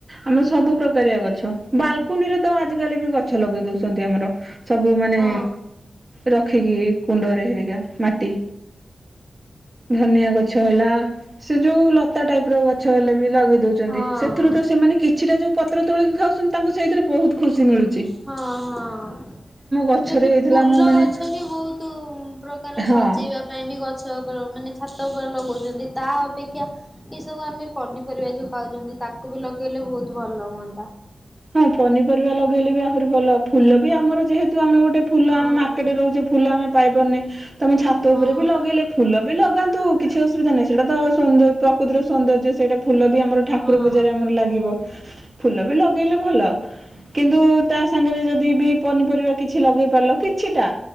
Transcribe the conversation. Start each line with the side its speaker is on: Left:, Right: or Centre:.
Right: ଆମେ ସବୁ ପ୍ରକାରିଆ ଗ ଛ ବାଲକୁନିରେ ତ ଆଜିକାଲି ବି ଗଛ ଲଗେଇ ଦୋଉଚନ୍ତି ଆମର। ସବୁ ମାନେ
Centre: ହଁ
Right: ରଖିକି କୁଣ୍ଡରେ ହେରିକା ମାଟି। ଧନିଆ ଗଛ ହେଲା ସେ ଯୋଉ ଲ ତା ଟାଇପ୍ ର ଗ ଛ ହେଲେ ବି ଲଗେଇ ଦୋଉଚନ୍ତି
Centre: ହଁ
Right: ସେଥୁରୁ ତ ସେମାନେ କିଛିଟା ଯୋଉ ପତ୍ର ତୋଳିକି ଖାଉଛନ୍ତି ତାଙ୍କୁ ସେଇଥିରେ ବୋହୁତ ଖୁସି ମିଳୁ
Centre: ହଁ ହଁ
Right: ଗଛରେ
Centre: ଏବେ ବି
Right: ହେଇଥିଲା
Centre: ଫୁଲ
Right: ମୁଁ ମାନେ
Centre: ଗଛ ବି ବୋହୁତୁ ପ୍ରକାର
Right: ହଁ
Centre: ସଜେଇବା ପାଇଁ ବି ଗଛ ତ ଓପର ମାନେ ଛାତ ଓପରେ ଲଗୋଉଚନ୍ତି ତା ଅପେକ୍ଷା ଏ ସବୁ ଆମେ ପନିପରିବା ଯୋଉ ଖାଉଚନ୍ତି ତାକୁ ବି ଲଗେଇଲେ ବୋହୁତ ଭଲ ହୁଅନ୍ତା।
Right: ହଁ ପନିପରିବା ଲଗେଇଲେ ବି ଆହୁରି ଭଲ ଫୁଲ ବି ଆମର ଯେହେ ତୁ ଆମେ ଗୋଟେ ଫୁଲ
Centre: ହଁ।
Right: ଆମେ ମାର୍କେଟରେ ରହୁଚେ ଫୁଲ ଆମେ ପାଇପାରୁନେ ତମେ ଛାତ
Centre: ହଁ
Right: ଉପରେ ବି ଲଗେଇଲେ ଫୁଲ ବି ଲଗାନ୍ତୁ କିଛି ଅ ସୁବିଧା ନାହିଁ ସେଡ଼ା ତ ସୁନ୍ଦ ପ୍ରକୃତିର ସୌନ୍ଦର୍ଯ୍ୟ ସେଇଟା ଫୁଲ ବି ଆମର ଠାକୁର
Centre: ହଁ
Right: ପୂଜାରେ ଆମର ଲାଗିବ ଫୁଲ ବି ଲ ଭଲ କିନ୍ତୁ ତା ସାଙ୍ଗେରେ ଯଦି ବି ପନିପରିବା କିଛି ଲଗେଇ ପାରିଲ କିଛିଟା